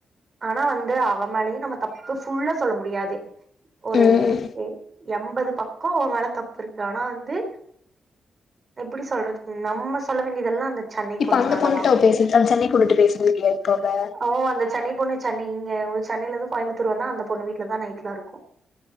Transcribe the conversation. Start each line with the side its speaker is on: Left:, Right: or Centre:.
Right: ஆனா வந்து அவ மேலயு நம்ம தப்பு ஃபுல்லாஸ். சொல்ல முடியாது. ஒரு
Left: ம்
Right: எ. எம்பது பக்கோ அவ மேல தப்பு இருக்கு ஆனா வந்து எப்படி சொல்றது நம்ம சொல்ல வேண்டியதெல்லா அந்த. சென்னை
Left: இப்ப
Right: பொண்ணு
Left: அந்த
Right: மேலதா
Left: பொண்ணுட்ட அவ பேசிட்டு அந்த சென்னை பொண்ணுட்ட பேசுறது இல்ல போல.
Right: ஓ அந்த சென்னை பொண்ணு சென்னை இங்க சென்னையில இருந்து கோயம்புத்தூர் வந்தா அந்த பொண்ணு வீட்லதா நைட்லா இருக்கு.